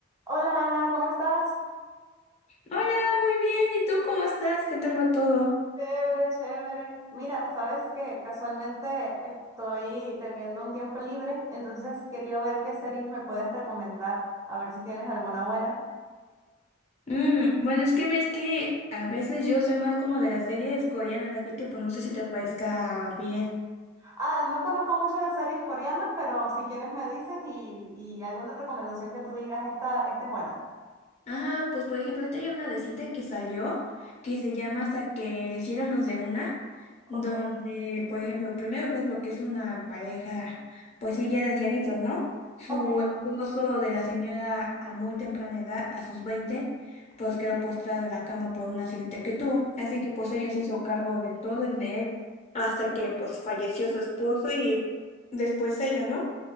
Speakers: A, on the right; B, on the left.
A: Hola Ana, ¿cómo estás?
B: Hola, muy bien. ¿Y tú cómo estás? ¿Qué tal va todo?
A: Chévere, chévere. Mira, sabes que casualmente estoy teniendo un tiempo libre, entonces quería ver qué series me puedes recomendar, a ver si tienes alguna buena.
B: Mm, bueno, es que ves que a veces yo soy más como de las series coreanas, así que pues no sé si te parezca bien.
A: Ah, no conozco mucho de series coreanas, pero si quieres me dices y, y alguna recomendación que tú digas, esta, esta es buena.
B: Ajá, pues por ejemplo, ahorita hay una reciente que salió que se llama Hasta que el cielo nos dé una, donde,
A: Ok,
B: por ejemplo, primero ves lo que es una pareja, pues sí, ya de ancianitos, ¿no? Su
A: ok,
B: esposo de la señora a muy temprana edad, a sus 20 pues quedó postrado en la cama por un accidente que tuvo. Así que pues ella se hizo cargo de todo y de él hasta que pues falleció su esposo y después ella, ¿no?